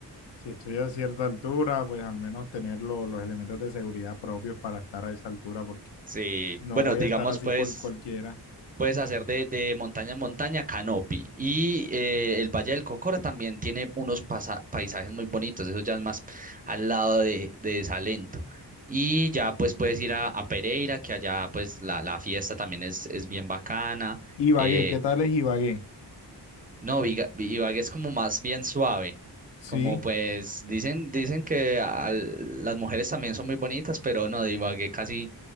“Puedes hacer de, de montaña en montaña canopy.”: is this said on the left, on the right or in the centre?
Right